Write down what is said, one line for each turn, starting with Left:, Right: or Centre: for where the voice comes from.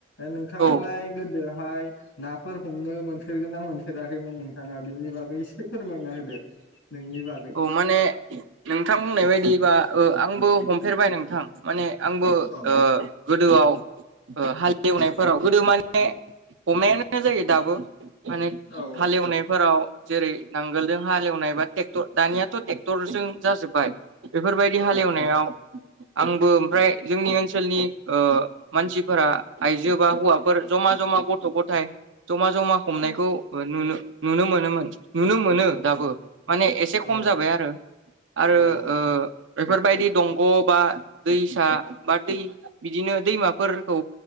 Left: नोंथाङालाय
Right: औ
Left: गोदोहाय नाफोर हमनो मोनफेरगोन ना मोनफेरा खैमोन नोंथाङा बिनि बागै एसे फोरमायना होदो। नोंनि बागै
Right: औ माने नोंथां बुंनाय बायदिबा ओ आंबो हमफेरबाय नोंथां माने आंबो
Left: औ
Right: ओ गो गोदोआव ओ हाल एवनायफोराव गोदो माने हमनायानो जायो दाबो। माने
Left: औ
Right: हालेवनायफोराव। जेरै नांगोलजों हालेवनाय बा टे क्टर दानियाथ ट्रेक्टर जोंसो जाजोब्बाय बेफोरबायदि
Left: औ
Right: हालेवनायाव आंबो ओमफ्राय जोंनि ओन्सोलनि ओ मानसिफोरा आइजो बा हौवाफोर जमा जमा गथ' गथाय जमा जमा हमनायखौ
Left: औ
Right: ओ नुनो नुनो मोनोमोन। नुनो मोनो दाबो। माने एसे खम
Left: औ
Right: जाबाय आरो आरो
Left: औ औ
Right: ओ बेफोरबायदि दंग बा दैसा बा दै बिदिनो दैमाफोरखौ